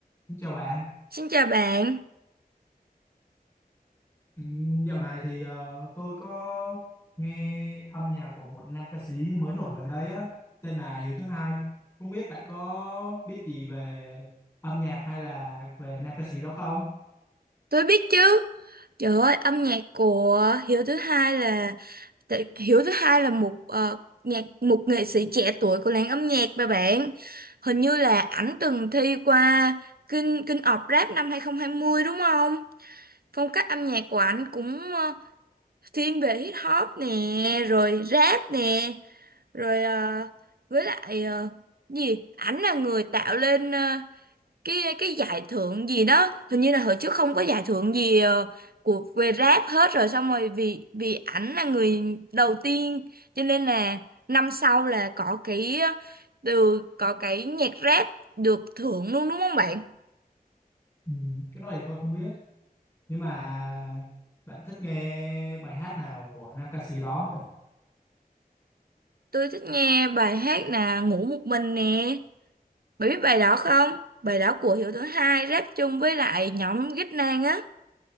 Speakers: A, on the left (about 20°); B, on the right (about 75°).
A: Xin Chào bạn,
B: Xin chào bạn,
A: Ừm, dạo này thì ờ, tôi có nghe âm nhạc của một nam ca sĩ mới nổi gần đây á, tên là Hiếu Thứ Hai. Không biết bạn có biết gì về âm nhạc hay là về nam ca sĩ đó không?
B: tôi biết chứ. Trời ơi, âm nhạc của Hiếu thứ hai là tại- Hiếu thứ hai là một ờ, nhạc một nghệ sĩ trẻ tuổi của làng âm nhạc mà bạn. Hình như là ảnh từng thi qua King King of Rap năm 2020 đúng không? Phong cách âm nhạc của ảnh cũng ờ, thiên về hip hop nè, rồi rap nè, rồi ờ, với lại ờ, gì? Ảnh là người tạo lên ờ, cái cái giải thưởng gì đó hình như là hồi trước không có giải thưởng gì ờ, của về rap hết rồi xong rồi vì vì ảnh là người đầu tiên cho nên là năm sau là có cái ờ, từ có cái nhạc rap được thưởng luôn đúng không bạn
A: Ừm, cái đó thì tôi không biết. Nhưng mà bạn thích nghe bài hát nào của nam ca sĩ đó?
B: tôi thích nghe bài hát là ngủ một mình nè bạn biết bài đó không bài đó của Hiếu thứ hai rap chung với lại nhóm Ghít Nang á